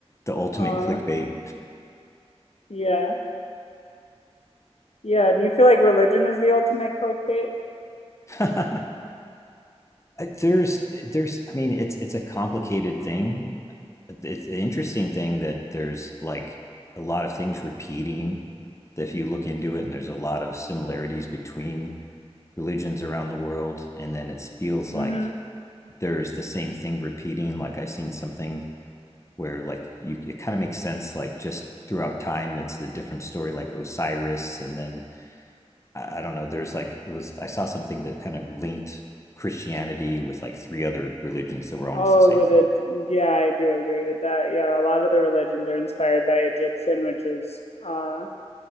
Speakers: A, on the left (about 25°); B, on the left (about 70°).
A: the ultimate
B: Uh,
A: clickbait.
B: yeah. Yeah, do you feel like religion is the ultimate clickbait?
A: <laughs> there's there's I mean it's it's a complicated thing. It's an interesting thing that there's like a lot of things repeating if you look into it and there's a lot of similarities between religions around the world and then it feels like
B: Mm-hmm.
A: there's the same thing repeating like I've seen something where like you it kind of makes sense like just throughout time it's the different story like osiris and then I, I don't know there's like it was i saw something that kind of linked christianity with like three other religions that were almost
B: Oh,
A: the same
B: with
A: thing
B: a yeah, I do agree with that. Yeah, a lot of the religions are inspired by Egyptian, which is uh